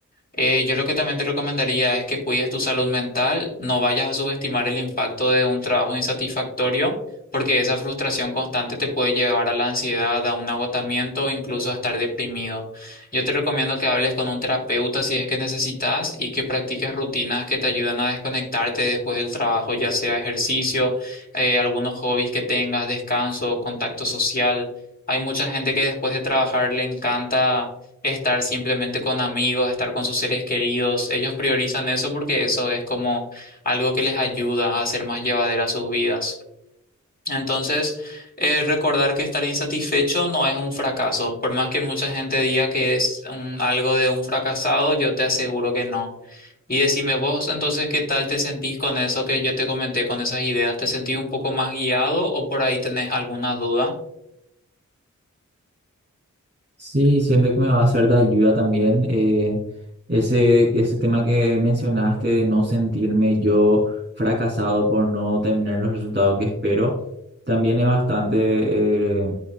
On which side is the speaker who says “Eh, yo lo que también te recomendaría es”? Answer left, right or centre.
Left